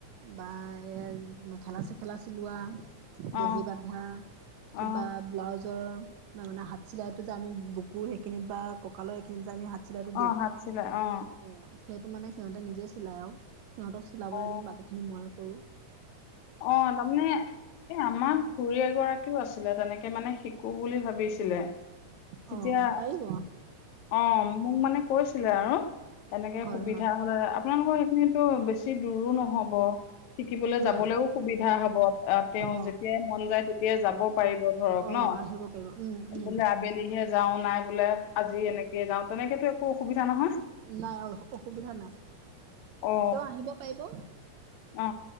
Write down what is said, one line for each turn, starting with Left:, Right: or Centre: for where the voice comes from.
Right: বা এ মেখেলা, চেখেলা চিলোৱা।
Left: অ অ
Right: দহি বান্ধা, কিবা
Left: অ
Right: ব্লাউজৰ বা মানে হাত চিলাইতো যে, আমি বুকুৰ সেইখিনিত বা কঁকালৰ এইখিনিত যে, আমি হাত চিলাইটো দিওঁ
Left: অ হাত চিলাই অ
Right: অ', সেইটো মানে সিহঁতে নিজে চিলাই আৰু। সিহঁতক চিলাবলৈ
Left: অ
Right: দিও, বাকীখিনি মইয়ে কৰোঁ।
Left: অ, তাৰমানে এ আমাৰ খুৰী এগৰাকীও আছিলে তেনেকে মানে শিকো বুলি ভাবিছিলে তেতিয়া
Right: অ পাৰিব
Left: অ, মোক মানে কৈছিলে আৰু এনেকে
Right: হয়
Left: সুবিধা
Right: হয়
Left: হলে আপোনালোকৰ সেইখিনিতো বেছি দূৰো নহ'ব শিকিবলৈ যাবলৈও
Right: নাই
Left: সুবিধা হব <unintelligible> তেওঁ
Right: অ
Left: যেতিয়াই মন যায় তেতিয়াই যাব পাৰিব ধৰক
Right: অ
Left: ন
Right: আহিব পাৰিব উম, উম।
Left: বোলে আবেলিহে যাওঁ, নাই বোলে আজি এনেকে যাওঁ, তেনেকেতো একো অসুবিধা নহয়?
Right: নাই অ, অসুবিধা নাই,
Left: অ
Right: তেওঁ আহিব পাৰিব।
Left: অ।